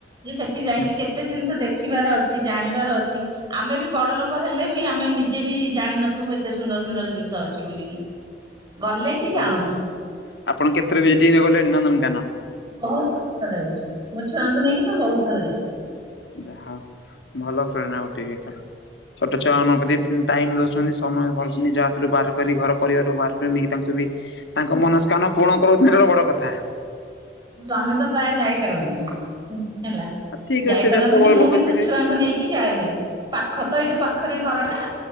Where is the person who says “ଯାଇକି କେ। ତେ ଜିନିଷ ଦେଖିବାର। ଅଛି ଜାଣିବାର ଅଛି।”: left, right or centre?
Right